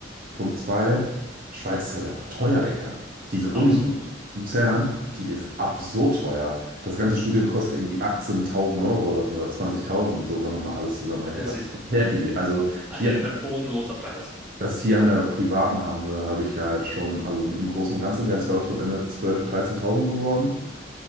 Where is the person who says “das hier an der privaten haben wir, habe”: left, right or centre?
Right